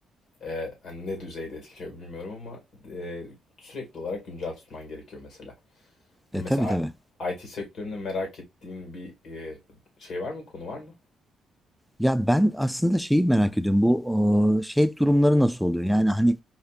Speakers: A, on the left; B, in the centre.
A: e, hani ne düzeyde etkiliyor bilmiyorum ama e, sürekli olarak güncel tutman gerekiyor mesela. Mesela
B: E, tabii tabii.
A: I- IT sektöründe merak ettiğin bir e, şey var mı? Konu var mı?
B: Ya ben aslında şeyi merak ediyorum. Bu e, şey durumları nasıl oluyor? Yani hani